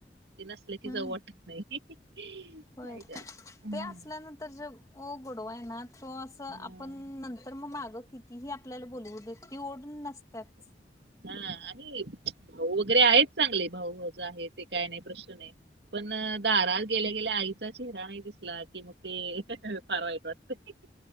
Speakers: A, on the right; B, on the left.
A: ते नसले की
B: हम्म
A: जाऊ वाटत नाही.
B: होय,
A: काय करणार हम्म.
B: ते असल्यानंतर जे गोडवा आहे ना तो असं
A: हम्म.
B: आपण नंत तर मग मागं कितीही आपल्याला बोलवू देत, ती ओढ नसत्याच.
A: हां आम्ही, भाऊ वगैरे आहेच चांगले भाऊ- भावज आहे. ते काय नाही प्रश्न नाही पण दारात गेल्या गेल्या आईचा चेहरा नाही दिसला, की मग ते फार वाईट वाटत. <unintelligible>